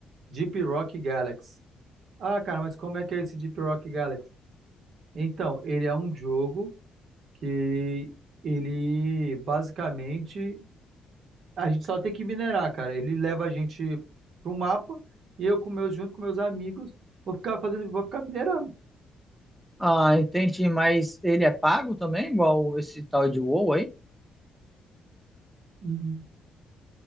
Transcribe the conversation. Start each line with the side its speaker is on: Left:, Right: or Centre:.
Right: Deep Rock Galaxy. Ah, cara, mas como é que é esse Deep Rock Galaxy? Então, ele é um jogo que ele basicamente a gente só tem que minerar, cara. Ele leva a gente pro mapa e eu com meus junto com meus amigos vou ficar fazendo, vou ficar minerando.
Centre: Ah, entendi, mas ele é pago também, igual esse tal de WoW aí?
Right: Uhum.